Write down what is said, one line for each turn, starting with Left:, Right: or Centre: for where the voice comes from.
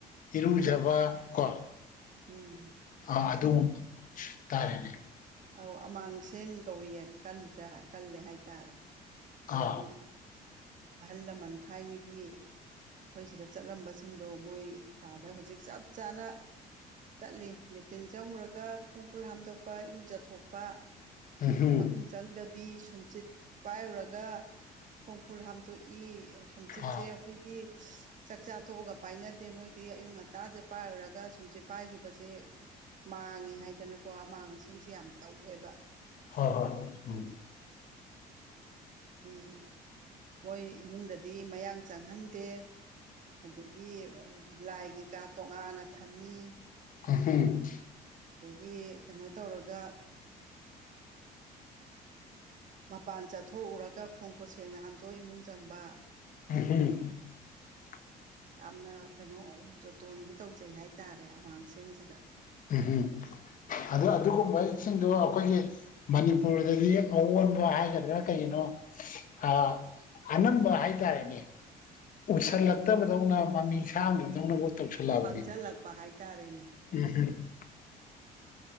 Left: ꯏꯔꯨꯖꯕ
Right: ꯎꯝ
Left: ꯀꯣ
Right: ꯎꯝ
Left: ꯑ ꯑꯗꯨ ꯇꯥꯔꯦꯅꯦ
Right: ꯑꯧ ꯑꯃꯥꯡꯁꯦꯟ ꯀꯧꯔꯤꯑ ꯀꯟꯗ꯭ꯔ ꯀꯜꯂꯦ ꯍꯥꯏꯇꯥꯔꯦ
Left: ꯑꯥ
Right: ꯃꯈꯣꯏꯒꯤ ꯑꯍꯜ ꯂꯃꯟ ꯊꯥꯏꯅꯒꯤ ꯑꯩꯈꯣꯏ ꯁꯤꯗ ꯆꯠꯂꯝꯕꯁꯤꯡꯗꯣ ꯃꯣꯏ ꯑꯥꯗ ꯍꯧꯖꯤꯛ ꯆꯞ ꯆꯥꯅ ꯆꯠꯂꯤ ꯂꯦꯇꯔꯤꯟ ꯆꯪꯉꯨꯔꯒ ꯈꯣꯡ ꯈꯨꯠ ꯍꯥꯝꯗꯣꯛꯄ ꯏꯔꯨꯖꯊꯣꯛꯄ
Left: ꯎꯝꯍꯨꯝ
Right: ꯆꯥꯛꯈꯨꯝ ꯆꯪꯗꯕꯤ ꯁꯨꯝꯆꯤꯠ ꯄꯥꯏꯔꯨꯔꯒ ꯈꯣꯡ ꯈꯨꯔ ꯍꯥꯝꯗꯣꯛꯏ ꯁꯨꯝꯆꯤꯠꯁꯦ
Left: ꯑꯥ
Right: ꯑꯩꯈꯣꯏꯗꯤ ꯆꯥꯛꯆꯥꯥ ꯇꯣꯛꯑꯒ ꯄꯥꯏꯅꯗꯦ ꯃꯣꯏꯗꯤ ꯑꯌꯨꯛ ꯉꯇꯥꯖꯕ ꯄꯥꯏꯔꯨꯔꯒ ꯁꯨꯝꯁꯦ ꯄꯥꯏꯈꯤꯕꯁꯦ ꯃꯥꯡꯉꯦ ꯍꯥꯏꯗꯅꯀꯣ ꯑꯃꯥꯡꯁꯤꯡꯁꯦ ꯌꯥꯝ ꯇꯧꯋꯦꯕ
Left: ꯍꯣꯏ ꯍꯣꯏ ꯎꯝ
Right: ꯍꯥꯏꯗꯤ ꯃꯣꯏ ꯏꯃꯨꯡꯗꯗꯤ ꯃꯌꯥꯡ ꯆꯪꯍꯟꯗꯦ ꯑꯗꯒꯤ ꯂꯥꯏ ꯀꯩꯀꯥ ꯇꯣꯉꯥꯟꯅ ꯊꯝꯃꯤ
Left: ꯎꯝ
Right: ꯑꯗꯒꯤ ꯀꯩꯅꯣ ꯇꯧꯔꯒ ꯃꯄꯥꯟ ꯆꯠꯊꯣꯛꯎꯔꯒ ꯈꯣꯡ ꯈꯨꯠꯁꯦꯡꯅ ꯍꯥꯝꯗꯣꯛ ꯏꯃꯨꯡ ꯆꯪꯕ
Left: <unintelligible>
Right: ꯌꯥꯝꯅ ꯀꯩꯅꯣ ꯖꯣꯇꯣꯟꯗꯤ ꯇꯧꯖꯩ ꯍꯥꯏꯇꯥꯔꯦ ꯑꯃꯥꯡꯁꯁꯤꯡꯁꯤꯗ
Left: ꯎꯝ ꯑꯗꯨꯗ ꯑꯗꯨꯒꯨꯝꯕꯁꯤꯡꯗꯨꯣ ꯑꯩꯈꯣꯏꯒꯤ ꯃꯅꯤꯄꯨꯔꯗꯗꯤ ꯑꯑꯣꯟꯕ ꯍꯥꯏꯒꯗ꯭ꯔꯥ ꯀꯩꯒꯤꯅꯣ ꯑ ꯑꯅꯝꯕ ꯍꯥꯏꯇꯥꯔꯦꯅꯦ ꯎꯁꯤꯜꯂꯛꯇꯕꯗꯧꯅ
Right: ꯑꯥ
Left: ꯃꯃꯤ ꯁꯥꯡꯒꯤꯗꯧꯅꯕꯨꯠ ꯇꯧꯁꯤꯜꯂꯛꯑꯕꯅꯤꯅꯦ
Right: ꯃꯥꯡꯁꯤꯜꯂꯛꯄ ꯍꯥꯏꯇꯥꯔꯦꯅꯦ
Left: <unintelligible>